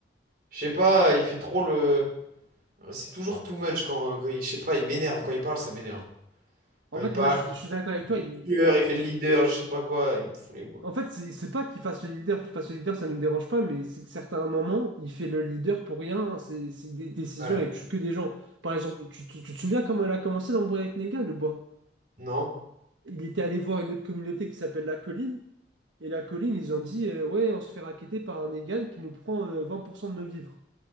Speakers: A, on the right; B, on the right.
A: Je sais pas, il fait trop le. C'est toujours too much quand, quand il. Je sais pas, il m'énerve. Quand il parle, ça m'énerve. Quand
B: En
A: il
B: fait,
A: parle,
B: ouais, je, suis je suis d'accord avec toi. il-
A: il est tueur,
B: il-
A: il fait le leader, je sais pas quoi, il me fout les boules.
B: En fait, c'est c'est pas qu'il fasse le leader, qu'il fasse le leader, ça nous dérange pas, mais c'est que certains moments, il fait le leader pour rien. hein, C'est c'est des décisions
A: Ouais.
B: et tue que des gens. Par exemple, tu, tu- tu te souviens comment elle a commencé l'embrouille avec Negan ou pas?
A: Non?
B: Il était allé voir une autre communauté qui s'appelle La Colline, et La Colline, ils ont dit euh, Ouais, on se fait racketter par un Negan qui nous prend euh, 20% de nos vivres.